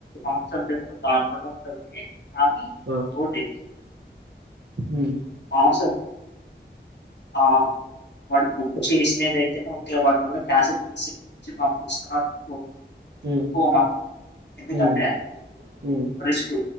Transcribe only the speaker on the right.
ఆ
ఉమ్
ఉమ్
ఉమ్ ఉమ్